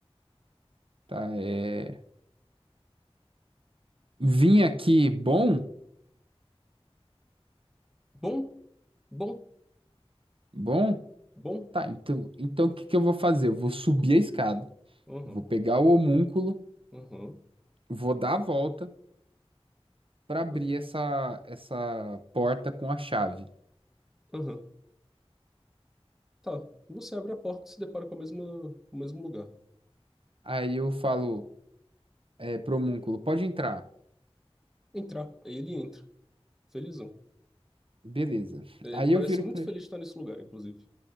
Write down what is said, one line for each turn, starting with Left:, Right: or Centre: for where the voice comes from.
Right: Tá, é. Vim aqui, bom?
Centre: Bom, bom,
Right: Bom?
Centre: bom.
Right: Tá, então, então o que que eu vou fazer? Eu vou subir a escada,
Centre: Aham,
Right: vou pegar o homúnculo,
Centre: aham,
Right: vou dar a volta pra abrir
Centre: aham,
Right: essa, essa porta com a chave.
Centre: aham. Tá. Você abre a porta e se depara com a mesma, o mesmo lugar.
Right: Aí eu falo, é, homúnculo, pode entrar.
Centre: Entrar. Aí ele entra, felizão.
Right: Beleza.
Centre: É, Ele
Right: Aí
Centre: parece
Right: eu viro
Centre: muito
Right: pra
Centre: feliz
Right: ele.
Centre: de estar nesse lugar, inclusive.